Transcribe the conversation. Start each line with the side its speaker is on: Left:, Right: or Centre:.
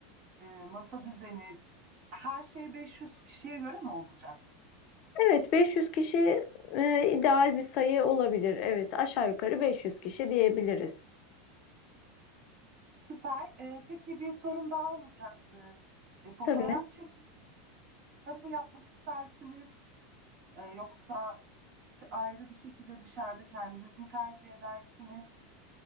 Right: e, masa düzeni, her şey 500 kişiye göre mi olacak?
Left: Evet, 500 kişi e, ideal bir sayı olabilir. Evet, aşağı yukarı 500 kişi diyebiliriz.
Right: Süper. E, peki bir sorum daha olacaktı. E, fotoğraf
Left: Tabii.
Right: çekimi da mı yapmak istersiniz? E, yoksa ayrı bir şekilde dışarıda kendiniz mi tercih edersiniz?